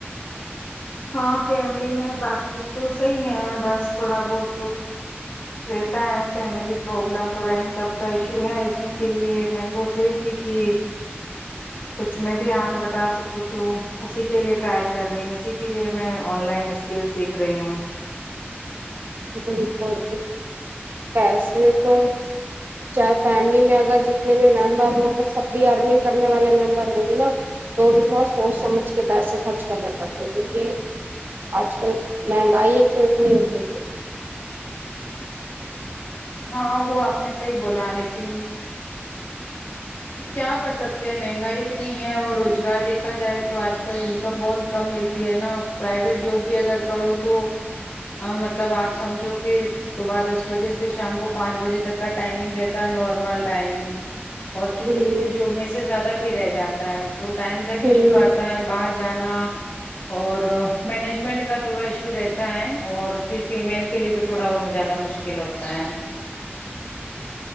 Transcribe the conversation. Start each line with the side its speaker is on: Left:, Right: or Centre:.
Left: ہاں فیملی میں باقی تو صحیح ہے بس تھوڑا بہت رہتا ہے فیملی پرابلم تھوڑا انکم کا ایشو ہے اسی کے لیئے میں سوچ رہی تھی کہ کچھ میں بھی ہاتھ بٹا سکوں تو اسی کے لئے ٹرائی کر رہی ہوں اسی کے لئے میں آن لائن اسکل سیکھ رہی ہوں
Right: بالکل پیسے تو چاہے فیملی میں اگر جتنے بھی ممبر ہوںگر سب بھی ارننگ کرنے والے ممبر ہوں گے نا تو وہ بھی بہت سوچ سمجھ کے پیسے خرچ کرنے پڑتے کیونکہ آج کل مہنگائی ایک تو اتنی ہو گئی ہے
Left: ہاں وہ اپنے سے ہی بولا لیکن کیا کر سکتے ہیں مہنگائی اتنی ہے اور روزگار دیکھا جائے تو آج کل انکم بہت کم ملتی ہے نا پرائیویٹ جاب بھی اگر کرو تو مطلب آپ سمجھو کہ صبح دس بجے سے شام کو پانچ بجے تک کا ٹائمنگ رہتا ہے نارمل ٹائمنگ اور کسی
Right: ہوں
Left: کسی جاب میں سے زیادہ بھی بھی رہ جاتا ہے تو ٹائم کا بھی
Right: ہوں
Left: ایشو آتا ہے باہر جانا اور مینجمنٹ کا تھوڑا ایشو رہتا ہے اور پھر فیمل کے لیے تو تھوڑا اور زیادہ مشکل ہوتا ہے <inaudible>